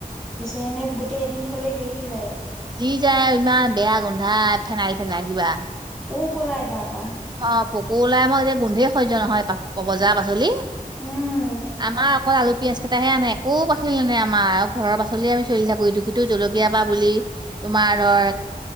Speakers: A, in the centre; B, on the right.
A: পছে এনে গোটেই এদিন থলে গেলি যায়।
B: গেলি যায় ইমান বেয়া গোন্ধা ফেনাইল ফেনাইল কিবা।
A: পোক ওলাই। তাৰপা
B: অ', পোকো ওলাই মই এতিয়া গোন্ধেই সহ্য নহয় বজাৰৰ পাচলি।
A: উম,
B: আমাৰ অকল আলু পিয়াজকেইতাহে আনে একো পাচলি নানে আমাৰ আৰু ঘৰৰ পাচলিয়ে চলি থাকো ইটো- সিটো জল কীয়া, পা বুলি তোমাৰ ধৰ